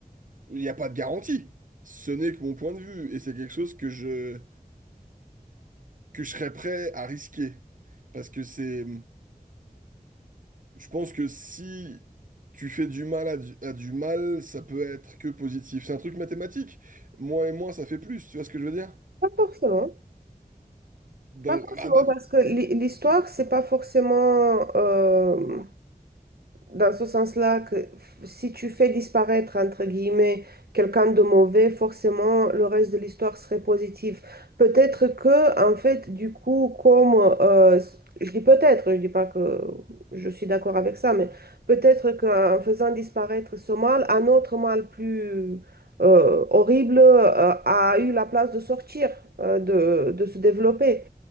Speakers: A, on the right (about 60°); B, on the right (about 90°).
A: Il n'y a pas de garantie. Ce n'est que mon point de vue. Et c'est quelque chose que je... que je serais prêt à risquer. Parce que c'est... Je pense que si tu fais du mal à du, à du mal, ça peut être que positif. C'est un truc mathématique. Moins et moins, ça fait plus. Tu vois ce que je veux dire?
B: Pas forcément.
A: Dans...
B: Pas
A: le-
B: forcément,
A: Ah, bah,
B: parce que l'hi- l'histoire, c'est pas forcément. euh, dans ce sens-là que si tu fais disparaître, entre guillemets, quelqu'un de mauvais, forcément, le reste de l'histoire serait positif. Peut-être que, en fait, du coup, comme, euh, je dis peut-être, je dis pas que je suis d'accord avec ça, mais peut-être qu'en faisant disparaître ce mal, un autre mal plus euh, horrible euh, a eu la place de sortir, euh, de, de se développer.